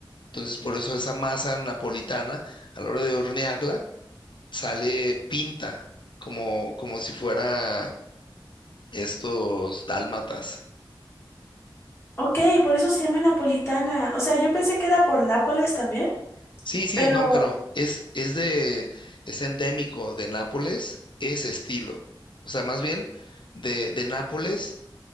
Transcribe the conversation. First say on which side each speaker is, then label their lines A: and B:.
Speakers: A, on the left; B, on the left.
A: Entonces, por eso esa masa napolitana, a la hora de hornearla, sale pinta, como, como si fuera estos dálmatas.
B: Ok, por eso se llama napolitana. O sea, yo pensé que era por Nápoles también,
A: Sí, sí,
B: pero
A: no, pero es, es de, es endémico de Nápoles, ese estilo. O sea, más bien de, de Nápoles